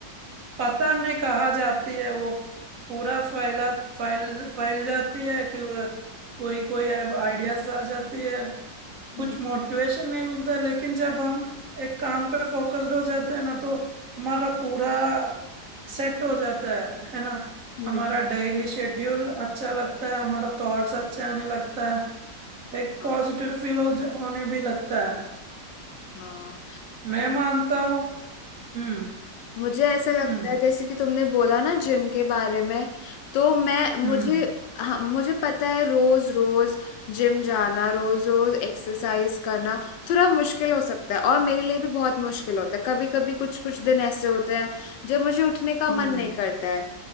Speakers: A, on the right; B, on the left.
A: पता नहीं कहाँ जाती है वो पूरा फैला फैल फैल जाती है कि वो- कोई कोई आइडियाज आ जाती है कुछ
B: हम्म
A: मोटिवेशन नहीं मिलता लेकिन जब हम एक काम पे फोकस्ड हो जाते हैं ना तो हमारा पूरा सेट हो जाता है है ना
B: हम्म
A: हमारा डेली शेड्यूल अच्छा लगता है हमारा थॉट्स अच्छे आने लगता है एक
B: हाँ
A: पॉजिटिव फील हो ज- होने भी लगता है
B: हाँ
A: मैं मानता हूँ हम्म
B: मुझे ऐसा लगता
A: हम्म
B: है जैसे कि तुमने बोला ना जिम के बारे में तो मैं मुझे
A: हम्म
B: हाँ, मुझे पता है रोज रोज जिम जाना रोज रोज एक्सरसाइज करना थोड़ा मुश्किल हो सकता है और मेरे लिए भी बहुत मुश्किल होता है कभी कभी कुछ कुछ दिन ऐसे होते हैं जब मुझे उठने का
A: हम्म
B: मन नहीं करता है